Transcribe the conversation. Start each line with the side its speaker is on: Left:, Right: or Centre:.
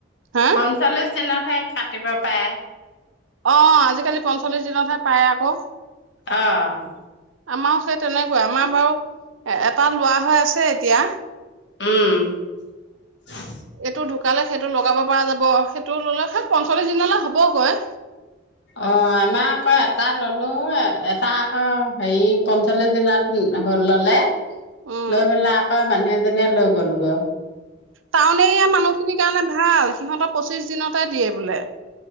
Right: হা
Left: পঞ্চল্লিশ দিনতহে কাটিব পাৰে
Right: অ', আজিকালি পঞ্চল্লিশ দিনতহে পায় আকৌ।
Left: অ'।
Right: আমাৰো সেই তেনেকুৱাই, আমাৰ বাৰু এটা লোৱা হৈ আছে এতিয়া
Left: উম <unintelligible>
Right: এইটো ঢুকালে সেইটো লগাব পৰা যাব, সেইটো ল'লে সেই পঞ্চল্লিশ দিনলৈ হবগৈ।
Left: অ', আমাৰ আকৌ এটা ল'লো, এটা আকৌ হেৰি পঞ্চল্লিছ দিনাত হ'ল ল'লে
Right: উম
Left: লৈ পেলাই আকৌ, মানুহ এজনীয়ে লৈ গ'ল। হেল্ল'
Right: টাউন এৰিয়াৰ মানুহখিনিৰ কাৰণে ভাল, সিহঁতৰ পঁচিশ দিনতে দিয়ে বোলে।